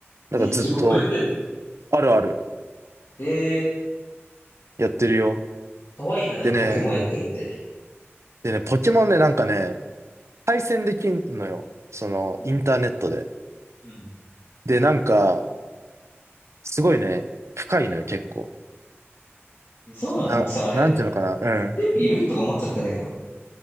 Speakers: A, on the right (about 80°); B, on the left (about 60°).
A: なんかずっと
B: スイッチポケモンやってんの
A: あるある
B: へえ、
A: やってるよ。
B: かわいいな、なんかポケモンやってるって。
A: でね、でね、ポケモンね、なんかね、対戦できんのよ。そのインターネットで。
B: うん。うん
A: で、なんか、すごいね、深いのよ、結構。
B: えそうなの僕さ、
A: な、
B: あれ、
A: なんていうのかな、
B: あれ絶対いるとか思っちゃってんだけど。
A: うん。